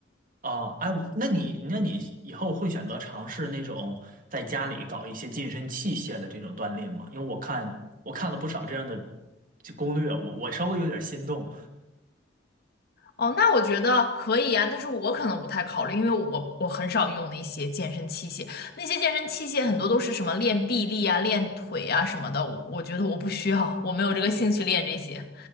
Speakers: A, on the right; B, on the left.
A: 啊，哎，那你那你以后会选择尝试那种在家里搞一些健身器械的这种锻炼吗？因为我看我看了不少这样的这攻略，我我稍微有点心动
B: 哦，那我觉得可以呀，但是我可能不太考虑，因为我我很少用那些健身器械，那些健身器械很多都是什么练臂力啊、练腿啊什么的，我我觉得我不需要，我没有这个兴趣练这些。